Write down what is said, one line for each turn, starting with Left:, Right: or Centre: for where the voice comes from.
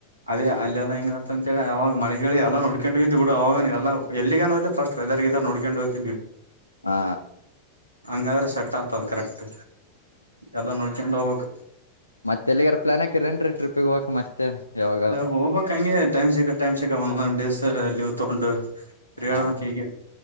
Right: ಅದೇ ಅಲ್ಲೆಲ್ಲಾ ಹಿಂಗ ಆತ ಅಂತೇಳಿ ಯಾವಾಗ ಮಳೆ ಹೇಳಿ ಎಲ್ಲ ನೋಡ್ಕೊಂಡ್ ಇದಿದ್ ಬಿುಡ ಅವಾಗ ಎಲ್ಲ ಎಲ್ಲಿಗಾನ ಫಸ್ ವದರ್ಗ ನೋಡ್ೊಂಡ ಹೋಗ್ತಿದ್ವಿ
Left: ಹಾ
Right: ಹಂಗಾದ್ರೆ ಸೆಟ್ ಆಗ್ತದ ಕರೆಕ್ಟ್ ಎಲ್ಲ ನೋಡ್ಕೊಂಡು ಹೋಗಕ್
Left: ಮತ್ತೆ ಎಲ್ಲಿಗಾರ ಪ್ಲಾನ್ ಹಾಕಿರೇನ್ರಿ ಟ್ರಿಿಗೆ ಹೋಗಕಕ್ ಮತ್ತೆ ಯಾವ
Right: ಹೋಗ್ಬಬೇಕ ಹಂಗೆ ಟೈಮ್ ಸಕ್ಕಾ ಟೈಮ್ ಸಕ್ಕಾ ಒಂದ ಒಂದ ಡೇಸ್ ಲೀವ್ ತಗೊಂಡು ತಿರ್ಗಾಡಬೇಕ್
Left: ಹಾ
Right: ಹೀಗೆ